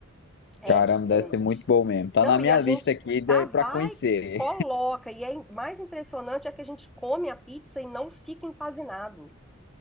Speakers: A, in the centre; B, on the left (about 55°).
A: É
B: Caramba,
A: diferente.
B: deve ser muito bom mesmo. Tá
A: Não,
B: na minha
A: e a gente
B: lista aqui de,
A: tá, vai,
B: pra conhecer.
A: coloca. E é im- mais impressionante é que a gente come a pizza e não fica empanzinado.